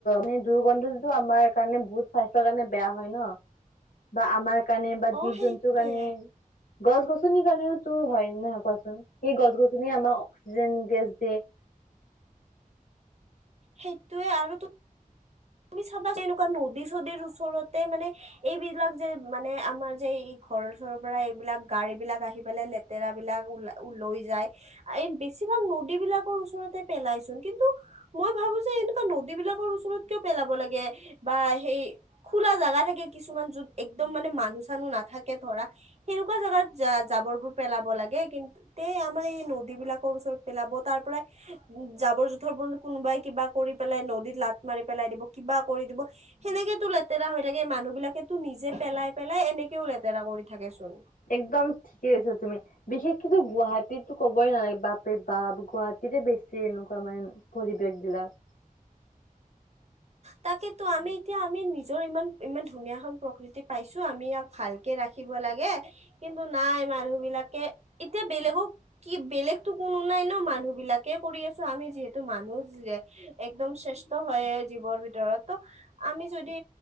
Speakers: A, on the left; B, on the right.
A: মানে দুৰ্গন্ধ যিটো আমাৰ কাৰণে বহুত স্বাস্থ্যৰ কাৰণে বেয়া হয় ন, বা আমাৰ কাৰণে বা
B: অ
A: জীৱ
B: সেইটোৱে
A: জন্তু কাৰণে গছ গছনিৰ কাৰণেওতো হয় ন' সেই গছ গছনি আমাক অক্সিজেন গেছ দিয়ে। উম
B: সেইটোয়ে আৰু টো তুমি চাবা যে এনেকুৱা নদী-চদীৰ ওচৰতে মানে এইবিলাক যে মানে আমাৰ যে ঘৰৰ-চৰৰ পৰা এইবিলাক গাড়ী বিলাক আহি পেলাই লেতেৰা বিলাক ওলাই লৈ যায়, ই বেছি বেছি ভাগ নদীবিলাকৰ ওচৰতে পেলাইচে। কিন্তু মই ভাবো যে এনেকুৱা নদীবিলাকৰ ওচৰত কিয় পেলাব লাগে বা সেই খোলা জাগা থাকে কিছুমান যত একদম মানে মানুহ চানুহ নাথাকে। ধৰা সেনেকুৱা জাগাত জাবৰ বোৰ পেলাব লাগে কিন্তু তে আমাৰ এই নদী বিলাকৰ পেলাব তাৰ পৰা জাবৰ জোথৰ বোৰ কোনোবাই কিবা কৰি পেলাই নদীত লাট মাৰি পেলাই দিব, কিবা কৰি দিব, সেনেকেটো লেতেৰা হৈ থাকে, মানুহ বিলাকে নিজে পেলাই পেলাই এনেকে লেতেৰা কৰি থাকেচোন
A: একদম ঠিকেই কৈছা তুমি, বিশেষকৈ গুৱাহাটীতো ক'বই নালাগিব। বাপ ৰে বাপ গুৱাহাটীৰে বেছি এনেকুৱা মানে পৰিৱেশ বিলাক। <inaudible>
B: তাকেতো আমি এতিয়া আমি নিজৰ ইমান ইমান ধুনীয়া খন প্ৰকৃতি পাইছো আমি ইয়াক ভালকে ৰাখিব ৰাখিব লাগে কিন্তু নাই মানুহ বিলাকে এতিয়া বেলেগক কি বেলেগতো কোনো আইন মানুহবিলাকে কৰি আছো আমি যিহেতু মানুহ যে একদম শ্ৰেষ্ঠ হয়। জীৱৰ ভিতৰত ত' আমি যদি